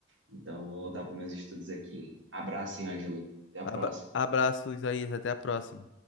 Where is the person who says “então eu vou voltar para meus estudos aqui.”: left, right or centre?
Right